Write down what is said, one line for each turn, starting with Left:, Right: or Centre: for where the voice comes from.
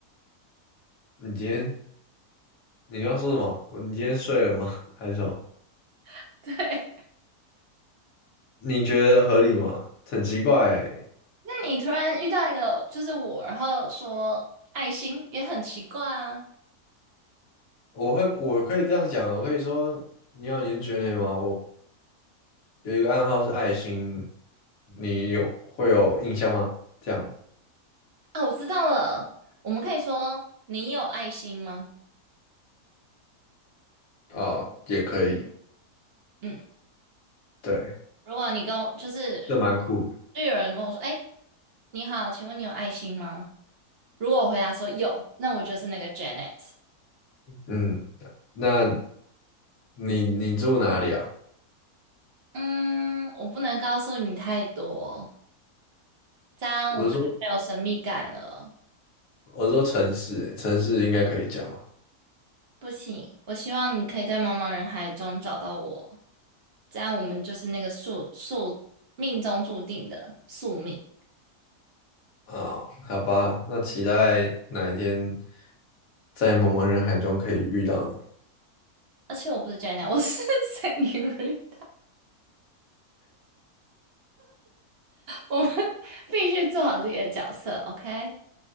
Left: “你今天你刚刚说什么？我你今天睡了吗？还是什么？”
Right: <laughs> 对，
Left: 你觉得合理吗？很奇怪欸，
Right: 那你突然遇到一个就是我，然后说爱心也很奇怪啊。
Left: 我会我可以这样讲啊，我可以说你好，你是觉得吗？我有一个暗号是爱心，你有会有印象吗？这样
Right: 啊，我知道了，我们可以说你有爱心吗？
Left: 啊，哦也可以，
Right: 嗯。
Left: 对，
Right: 如果你跟我就是
Left: 这蛮酷的。
Right: 就有人跟我说，哎，你好，请问你有爱心吗？如果我回答说有，那我就是那个 Janet。
Left: 嗯，那你你住哪里啊？
Right: 嗯，我不能告诉你太多，这样我们就没有神秘感了。
Left: 我是说我是说城市欸，城市应该可以讲吧？
Right: 不行，我希望你可以在茫茫人海中找到我，这样我们就是那个宿宿命中注定的宿命。
Left: 啊，好吧，那期待哪一天在茫茫人海中可以遇到你。
Right: 而且我不是 Janet，我是 <laughs> Senorita，我们必须做好自己的角色，OK？